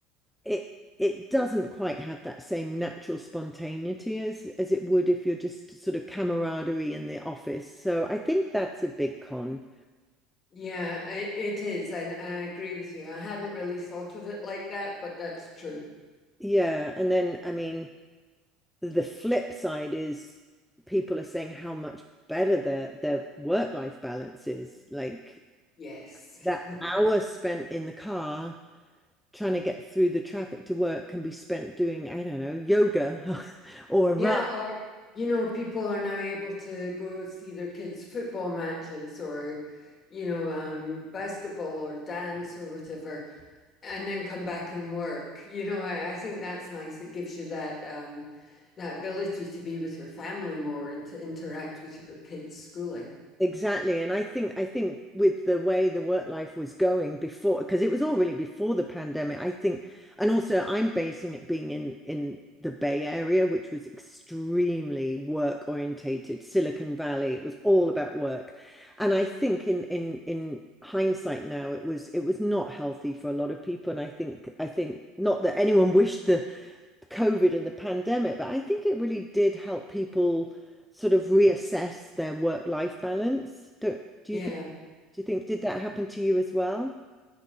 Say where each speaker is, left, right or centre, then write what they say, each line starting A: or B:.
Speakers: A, in the centre; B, on the left (about 35°).
A: it it doesn't quite have that same natural spontaneity as as it would if you're just sort of camaraderie in the office. So I think that's a big con.
B: Yeah, i- it is, and I agree with you. I hadn't really thought of it like that, but that's true.
A: Yeah, and then I mean the flip side is people are saying how much better their their work-life balance is. Like
B: Yes.
A: that
B: <laughs>
A: hour spent in the car trying to get through the traffic to work can be spent doing, I don't know, yoga <laughs> or a
B: Yeah,
A: run
B: or you know, people are now able to go see their kids' football matches or, you know, um, basketball or dance or whatever, and then come back and work. You know, I, I think that's nice. It gives you that um, that ability to be with your family more and to interact with your kids' schooling.
A: Exactly. And I think I think with the way the work life was going before, because it was all really before the pandemic, I think, and also I'm basing it being in in the Bay Area, which was extremely work orientated, Silicon Valley, it was all about work. And I think in in in hindsight now, it was it was not healthy for a lot of people. And I think I think not that anyone <laughs> wished the COVID and the pandemic, but I think it really did help people sort of reassess their work-life balance. Don't, do
B: Yeah.
A: you think, do you think, did that happen to you as well?